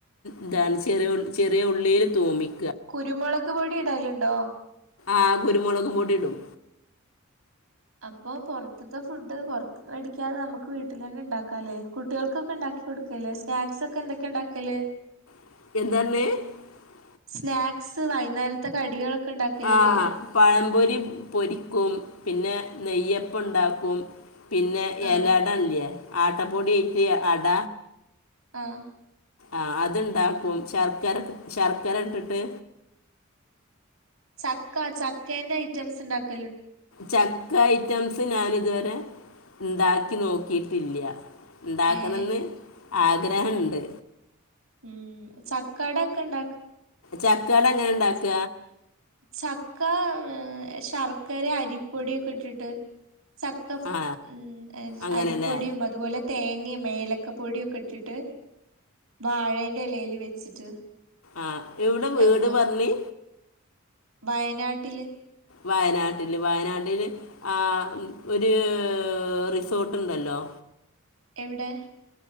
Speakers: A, on the left; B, on the right.
A: ഇതാണ് ചെറിയ
B: ഉം ഉം
A: ചെറിയ ഉള്ളീല് <unintelligible>
B: കുരുമുളക് പൊടി ഇടല്ണ്ടോ
A: ആ കുരുമുളകും പൊടി ഇടും
B: അപ്പൊ പുറത്ത്ത്തെ ഫുഡ് പൊറത്ത്ന്ന് മേടിക്കാതെ നമുക്ക് വീട്ടിൽ തന്നെ ഇണ്ടാക്കല്ലേ കുട്ടികൾക്കൊക്കെ ഉണ്ടാക്കി കൊടുക്കല്ലേ സ്നാക്സ് ഒക്കെ എന്തൊക്കെ ഉണ്ടാക്കിയല്
A: <unintelligible>
B: സ്നാക്സ് വൈന്നേരത്തെ കടികളൊക്കെ ഇണ്ടാക്കലില്ലേ
A: ആഹ പഴംപൊരി പൊരിക്കും പിന്നെ നെയ്യപ്പണ്ടാക്കും പിന്നെ
B: ആഹ്
A: എലടല്ല്യെ ആട്ടപ്പൊടിയേറ്റ് അട
B: ആഹ
A: ആ അത്ണ്ടാക്കും ശർക്കര ശർക്കര ഇട്ടിട്ട്
B: ചക്ക ചക്കേന്റെ ഐറ്റംസ് ഉണ്ടാക്ക
A: ചക്ക ഐറ്റംസ് ഞാനിതുവരെ ഉണ്ടാക്കി നോക്കീട്ടില്ല്യ ഉണ്ടാക്കണന്ന്
B: ഏഹ്
A: ആഗ്രഹണ്ട്
B: ഉം ചക്കാട ഒക്കെ ഇണ്ട
A: ചക്കട എങ്ങനെ ഇണ്ടാക്ക
B: ചക്ക ശർക്കരെ അരിപ്പൊടിയൊക്കെട്ട്ട്ട് ചക്ക
A: ആ
B: ഉമ്
A: അങ്ങനെ
B: അരിപ്പൊടിയും
A: അല്ലേ
B: അതുപോലെ തേങ്ങയും ഏലക്ക പൊടിയും ഒക്കെ ഇട്ടിട്ടു വാഴേന്റെ ഇലേൽ വെച്ചിട്ട്
A: ആഹ എവിടെ
B: ഉണ്ടാക്കുക
A: വീട് പറഞ്ഞ്
B: വയനാട്ടില്
A: വയനാട്ടില് വയനാട്ടില് ആ ഒരു റിസോർട്ട്ണ്ടല്ലോ
B: എവിടെ